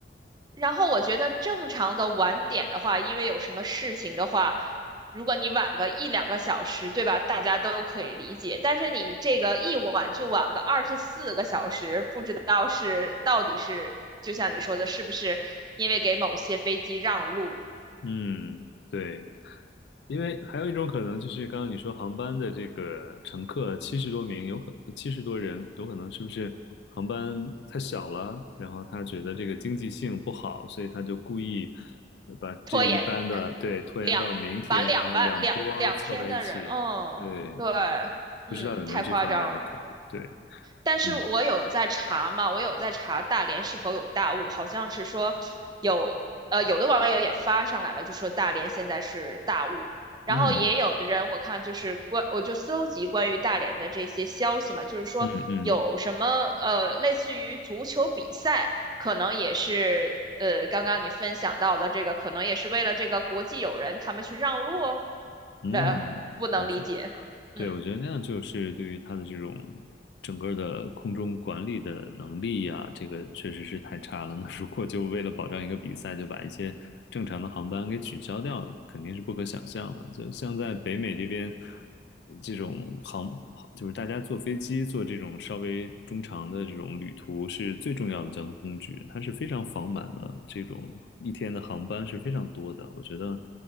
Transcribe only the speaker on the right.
然后我觉得正常的晚点的话，因为有什么事情的话，如果你晚个一两个小时，对吧？大家都可以理解。但是你这个一晚就晚个二十四个小时，不知道是到底是就像你说的，是不是因为给某些飞机让路，
拖延两把两半两两天的人，
嗯，
对，
嗯，太夸张了。
但是我有在查嘛，
我有在查大连是否有大雾，好像是说有，呃，有的网友也发上来了，就说大连现在是大雾，然后也有的人我看就是关，
我就搜集关于大连的这些消息嘛，就是说有什么呃，
类似于足球比赛，可能也是呃，刚刚你分享到的这个，可能也是为了这个国际友人他们去让路哦
呃，不能理解，
嗯。